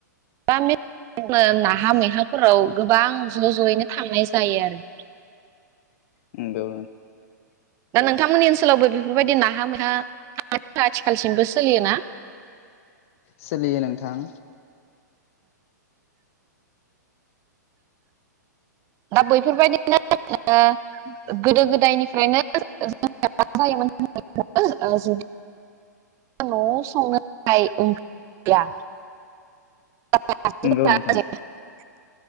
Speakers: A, on the right; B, on the left.
A: <unintelligible> नाहा मैहाफोराव गोबां ज' ज'यैनो थांनाय जायो आरो
B: उम नंगौ
A: दा नोंथांमोननि ओनसोलावबो बेफोरबायदि नाहा मा आथि <inaudible> खालसिमबो सोलियोना?
B: सोलियो नोंथां
A: दा बैफोरबायदिनो <inaudible> गोदो गोदायनिफ्रायनो ज <inaudible> म <inaudible> जायोमोन ज न'आव संनो ओंथिया <unintelligible>
B: नंगौ नोंथां